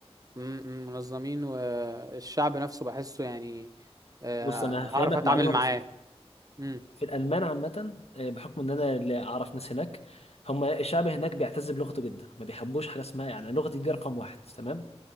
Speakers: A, on the right (about 35°); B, on the left (about 70°).
A: مم، مم، منظمين والشعب نفسه بحسه يعني آه،
B: بص انا هفهمك
A: هعرف أتعامل
B: معلومه
A: معاه
B: بسيطه
A: مم.
B: في الالمان عامه آه، بحكم ان انا اللي اعرف ناس هناك هم الشعب هناك بيعتز بلغته جدا ما بيحبوش حاجه اسمها يعني لغتي دي رقم واحد تمام